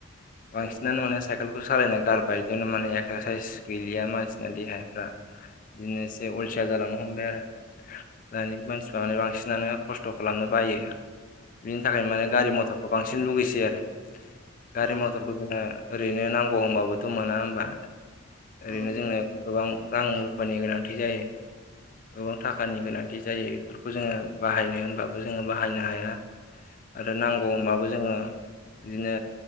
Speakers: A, on the left; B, on the right.
A: बांसिनानो
B: औ
A: माने साय केलखौ सालायना गारबाय बिदिनो माने एक्सारसाइस गैलिया मानसिना देहाफ्रा बिदिनो एसे अलथिया जालांनो हमबाय आरो। दानि मानसिफ्रा माने बांसिनानो खस्थ' खालामनो बायो । बिनि थाखाय माने
B: उम
A: गारि मथरखौ बांसिन लुगैसै आरो गारि
B: उम
A: मथरखौ जोङो ओरैनो नांगौ होनबाबोथ' मोना होमबा ओरैनो
B: उम
A: जोंनो गोबां रां रुफानि गोनांथि जायो गोबां थाखानि गोनांथि बिदि जायो बेफोरखौ जोङो बाहायनो होमबाबो जोङो बाहायनो हाया आरो नांगौ होमबाबो जोङो बिदिनो